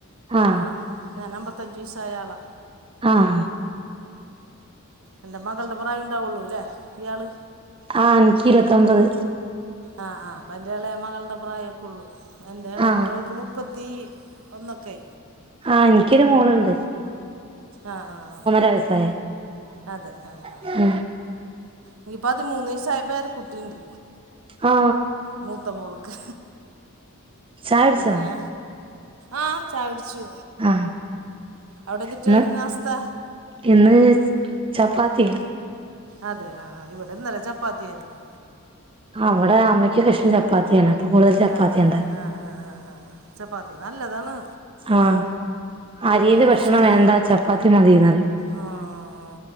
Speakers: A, on the right; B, on the right.
A: ആ
B: ആഹ് ആഹ് ഞാനമ്പത്തഞ്ച് വയസ്സായ ആളാ.
A: ആഹ്
B: എൻ്റെ മകള്ടെ പ്രായം ഇണ്ടാവൊള്ളുലെ ഇയാള്?
A: ആ ഇൻക്ക് ഇരുപത്തൊമ്പത്.
B: ആ ആ അപ്പ എന്റെ എളേമകൾടെ പ്രായക്കൊള്ളു. എന്റെ ഇളേമകൾക്ക്
A: ആ
B: മു പ്പത്തി ഒന്നൊക്കെ
A: ആ എനിക്കൊരു മോള്ണ്ട്.
B: ആഹ് ആഹ് ആഹ്
A: വയസായെ
B: അതെ ആഹ്
A: ഉം
B: ഇഞ്ഞ് പതിമൂന്നയസയപ്പേര കുട്ടിണ്ട്.
A: ആ
B: മൂത്ത മോളക്ക്.
A: ചായ കുടിച്ചോ
B: പിന്നെ ആ ചായുടിച്ചു.
A: ആ
B: അവിടെ തിട്ടായിരുന്ന
A: ഇന്ന്
B: അവസ്ഥ?
A: ഇന്ന് ചപ്പാത്തിയ
B: അതെ ആ ഇവിടെ ഇന്നലെ ചപ്പാത്തിയായിരുന്നു.
A: അവിടെ അമ്മയ്ക്ക് ഇഷ്ടം ചപ്പാത്തിയാണ്. അപ്പൊ കൂടുതല് ചപ്പാത്തിയാണ്ടാക്.
B: അതെ ആ ആ ആ ആ ആ ചപ്പാത്തി നല്ലതാണ്.
A: ആഹ്. അരിൻ്റെ ഭക്ഷണം
B: ദശക്ക്
A: വേണ്ട. ചപ്പാത്തി മതിന്ന് പറിം
B: ആ ആ.